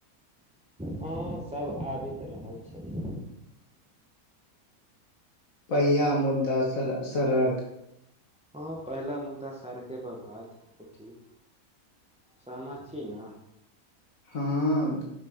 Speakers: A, in the centre; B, on the left.
A: हँ सभ आबैत रहल छथिन
B: पहिया मुद्दा सड़क
A: हँ पहिला मुदा सड़के पर बात उठी सममाचीना
B: हँ